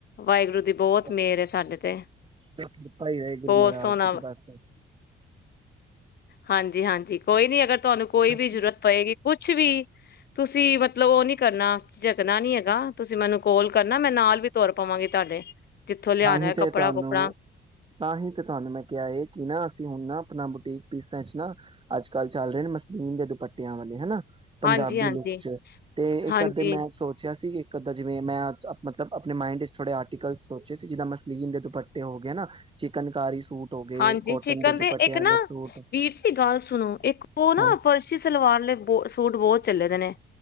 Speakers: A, on the left; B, on the right.
A: ਵਾਹਿਗੁਰੂ ਦੀ ਬਹੁਤ
B: <unintelligible>
A: ਮਿਹਰ ਹੈ ਸਾਡੇ ਤੇ
B: ਕਿਰਪਾ ਈ ਰਏ ਗੁਰੂ
A: ਬਹੁਤ
B: ਮਹਾਰਾਜ
A: ਸੋਹਣਾ
B: ਜੀ ਦੀ ਬਸ ਫਿਰ।
A: ਹਾਂਜ ਜੀ-ਹਾਂਜੀ, ਕੋਈ ਨੀ ਅਗਰ ਤੁਹਾਨੂੰ ਕੋਈ ਵੀ
B: ਸੀ
A: ਜ਼ਰੂਰਤ ਪਏਗੀ ਕੁਛ ਵੀ ਤੁਸ ਸੀ ਮਤਲਬ ਉਹ ਨਹੀ ਕਰਨਾ ਜਗਣਾ ਨੀ ਹੈਗਾ। ਤੁਸੀਂ ਮੈਨੂੰ ਕੋਲ ਕਰਨਾ ਮੈਂ ਨਾਲ ਵੀ ਤੁਰ ਪਾਵਾਂਗੀ ਤੁਹਾਡੇ ਜਿੱਥੋਂ ਲਿਆਣਾ
B: ਤਾਂਹੀ
A: ਹੈ
B: ਤੇ
A: ਕੱਪੜਾ
B: ਤੁਹਾਨੂੰ
A: ਕੁਪੜਾ
B: ਤਾਂਹੀ ਤੇ ਤੁਹਾਨੂੰ ਮੈਂ ਕਿਹਾ ਇਹ ਕਿ ਨਾ ਅਸੀਂ ਹੁਣ ਨਾ ਆਪਣਾ ਬੁਟੀਕ ਪੀਸਾਂ ਚ ਨਾ ਅੱਜ ਕੱਲ੍ਹ ਚੱਲ ਰਹੇ ਨੇ ਮਸਲੀਨ ਦੇ ਦੁਪੱਟਿਆਂ ਵਾਲੇ ਹਨਾ। ਪੰਜਾਬੀ
A: ਹਾਂਜੀ ਹਾਂਜੀ
B: ਲੁੱਕ 'ਚ ਤੇ ਇੱਕ
A: ਹਾਂਜੀ
B: ਅੱਧੇ ਮੈਂ ਸੋਚਿਆ ਸੀ। ਕਿੱਦਾਂ ਜਿਵੇ ਮੈਂ ਮਤਲਬ ਆਪਣੇ ਮਾਇੰਡ ਚ ਥੋੜੇ ਆਰਟੀਕਲ ਸੋਚੇ ਸੀ ਜਿੱਦਾਂ ਮਸਲੀਨ ਦੇ ਦੁਪੱਟੇ ਹੋ ਗਏ ਨਾ ਚਿਕਨਕਾਰੀ ਸੂਟ ਹੋ ਗਏ
A: ਹਾਂਜੀ
B: ਕੋਟਨ
A: ਚਿਕਨ ਦੇ
B: ਦੁਪੱਟਿਆਂ
A: ਇੱਕ
B: ਵਾਲੇ
A: ਨਾ
B: ਸੂਟ
A: ਵੀਰ ਸੀ ਗੱਲ ਸੁਣੋ ਇੱਕ ਉਹ ਨਾ
B: ਹਾਂ
A: ਫਰਸ਼ੀ ਸਲਵਾਰ ਬ ਸੂਟ ਬਹੁਤ ਚੱਲੇ ਦੇ ਨੇ।